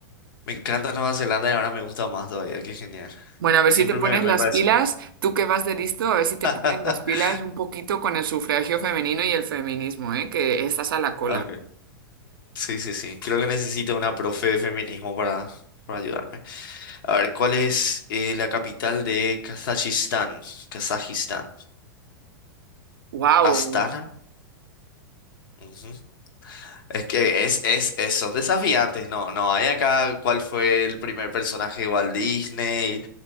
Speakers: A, on the left; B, on the right.
A: Me encanta Nueva Zelanda y ahora me gusta más todavía. Qué genial.
B: Bueno, a ver
A: Siempre
B: si te pones
A: me, me
B: las
A: pareció.
B: pilas, tú que vas de listo, a ver si te
A: <laughs>
B: pones las pilas un poquito con el sufragio femenino y el feminismo, ¿eh? Que estás a la cola.
A: Ok. Sí, sí, sí. Creo que necesito una profe de feminismo para, para ayudarme. A ver, ¿cuál es eh, la capital de Kazajistán? Kazajistán.
B: Wow.
A: Astana. Ujú. Es que es, es, es- son desafiantes, no, no hay acá cuál fue el primer personaje de Walt Disney,